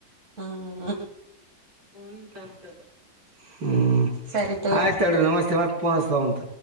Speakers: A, on the right; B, on the right.
A: ಹ್ಮ್
B: <unintelligible> ಹ್ಮ್
A: ಸರಿ ತೋರಿ
B: ಆಯ್ತಳ್ರಿ ನಮಸ್ತೆ ಮತ್ತ್ ಪೋನ್ಸ್ತಾವಂತ.